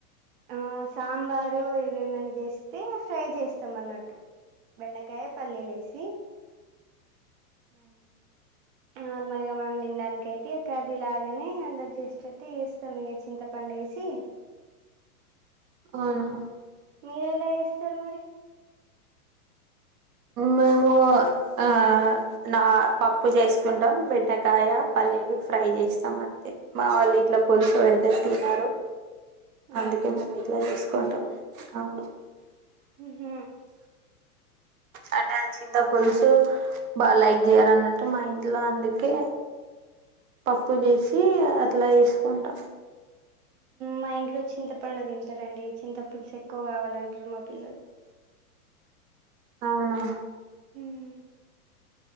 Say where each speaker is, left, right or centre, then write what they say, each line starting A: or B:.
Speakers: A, on the right; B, on the right.
A: ఆ సాంబార్ ఇవేమన్న చేస్తే ఫ్రై చేస్తాం అన్నట్టు బెండ కాయ పల్లీలేసి నార్మల్గా మనం తిన్డానికి అయితే ఇగ కర్రీ లాగానే అందరు చేసేటట్టు చేస్ స్తం. ఇగ చింతపండేసి.
B: అవునా
A: మీరు ఎలా చేస్తారు మరి
B: మేము ఆ నా పప్పు చేసుకుంటాం. బెండకాయ పల్లీలు ఫ్రై చేస్తాం అంతే మావోళ్ళు ఇట్ల పులుసు పెడితే తినరు.
A: అవునా
B: అందుకే మేం ఇట్ల చేసుకుంటాం. అవున్
A: హ్ హ్
B: అంటే చింత పులుసు బాగా లైక్ చేయరన్నట్టు మా ఇంట్లో అందుకే పప్పు చేసి అట్ల ఏస్కుంటాం
A: మా ఇంట్లో చింతపండు తింటరండి చింత పులుసు ఎక్కువ కావాలంటరు మా పిల్లలు
B: అవునా
A: మ్మ్.